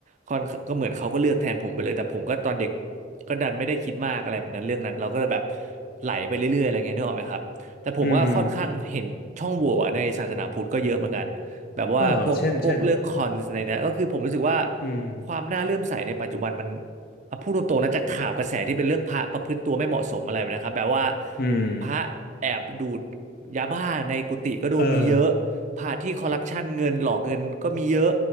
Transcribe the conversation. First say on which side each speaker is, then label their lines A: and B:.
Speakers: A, on the right; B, on the left.
A: ค่อนก็เหมือนเขาก็เลือกแทนผมไปเลยแต่ผมก็ตอนเด็กก็ดันไม่ได้คิดมากอะไรแบบนั้นเรื่องนั้นเราก็แบบไหลไปเรื่อยๆอะไรเงี้ยนึกออกไหมครับแต่ผมว่าค่อนข้างเห็นช่องโหว่อะในศาสนาพุทธก็เยอะเหมือนกัน
B: อืม
A: แบบว่าพวกพวกเรื่องคอนในเนี้ยก็คือผมรู้สึกว่า
B: อ๋อเหรอเช่นเช่นอืม
A: ความน่าเลื่อมใสในปัจจุบันมันอ่ะพูดตรงๆนะจากข่าวกระแสที่เป็นเรื่องพระประพฤติตัวไม่เหมาะสมอะไรแบบนะครับแบบว่า
B: อืม
A: พระแอบดูดยาบ้าในกุฏิก็โดนมีเยอะพระที่คอร์รัปชันเงินหลอกเงินก็มีเยอะ
B: เออ